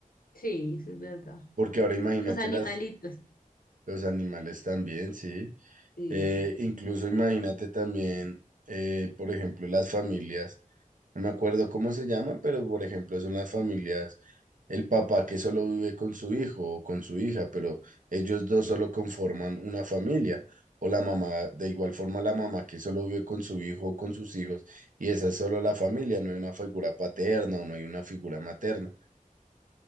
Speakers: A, on the left; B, on the right.
A: Sí, eso es verdad.
B: porque ahora imagínate
A: Los animalitos.
B: las, los animales también, sí,
A: Sí,
B: Eh,
A: sí,
B: incluso imagínate también, eh, por ejemplo, las familias. No me acuerdo cómo se llama, pero por ejemplo son las familias, el papá que solo vive con su hijo o con su hija, pero ellos dos solo conforman una familia, o la mamá, de igual forma la mamá que solo vive con su hijo o con sus hijos, y esa es solo la familia, no hay una figura paterna o no hay una figura materna.